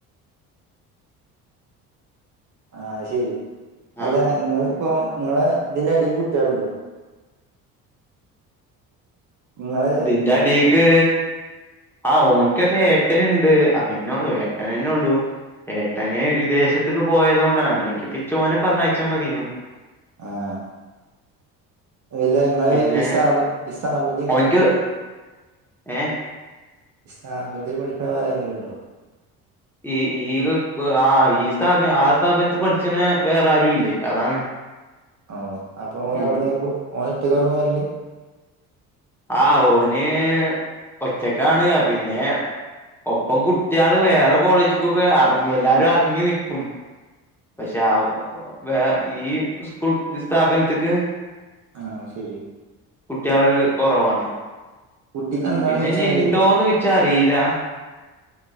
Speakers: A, on the right (about 40°); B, in the centre.
A: ആഹ ശെരി അല്ല
B: ആഹ്
A: ഇങ്ങ ഇപ്പോ നിങ്ങളെ ഇതിന്റെ അടിൽ കുട്ടികളണ്ടോ നിങ്ങള്
B: ഇതിന്റെ അടിക്ക് ആ ഓനിക്കൊ ഏട്ടന്ുണ്ട് അങ്ങനെയ ഉള്ളൂ ഏട്ടന തന്നെ ഉള്ളൂ ഏട്ടന വിദേശത്തക്ക് പോയതുക കൊണ്ടാണ് അല്ലെങ്കി ഇപ്പ ഇിച്ചോനെ പറഞ്ഞ അയച്ചാ മതിയുന്നു
A: ആഹ ഇല്ല നിങ്ങള്
B: പിന്നെ
A: ഈ സ്ഥാപ ഈ സ്ഥാപ ടി
B: ഓനിക്ക്
A: പഠ
B: ഏ
A: സ് ബന്ൽ പഠിക്കണ വേറെ ആരെങ്കിലും ഉണ്ടോ
B: ഈ ഈ ആ ഈ സ്ഥാപ ആ സ്ഥാപനത്തി പഠിച്ചന വേറെ ആരു ഇല്ലേ അതാണ്
A: ഓ അപ്പൊ ഓന
B: ഉം
A: എവിടന്ന് ഇങ്ങനെ ഓന എറ്റക്കെ അവിടന്നന്ന് വരല്ലേ
B: ആ ഓന് ഒച്ചക്കാണ് പിന്നെ ഒപ്പം കുട്ടികള് വേറെ കോളേജിക്കൊക്കെ ഇറങ്ങി എല്ലാരും ഇറങ്ങി നക്കും പക്ഷെ ആ വ ഈ സ്കൂൾ സ്ഥാപനത്തക്ക്
A: ആഹ ശരി
B: കുട്ടികള് കുറവാണ്
A: കുട്ടിക്ക് എന്താണ്
B: പിന്നെ
A: ചോയിച്ചാലേ
B: ഇനി ഉണ്ടോന്ന് വെച്ചാ അറിയില